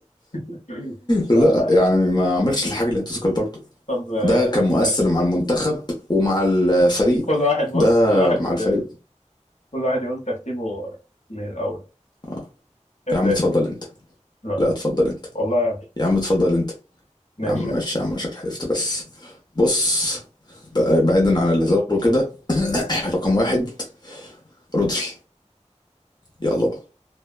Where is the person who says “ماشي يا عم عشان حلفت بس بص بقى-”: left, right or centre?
Left